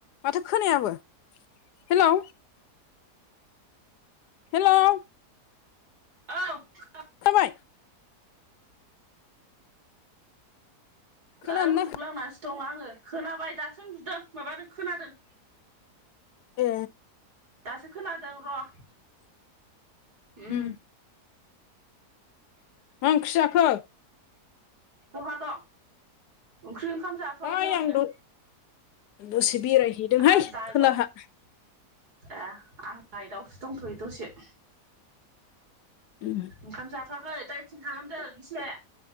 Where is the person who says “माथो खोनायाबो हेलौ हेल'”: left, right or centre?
Left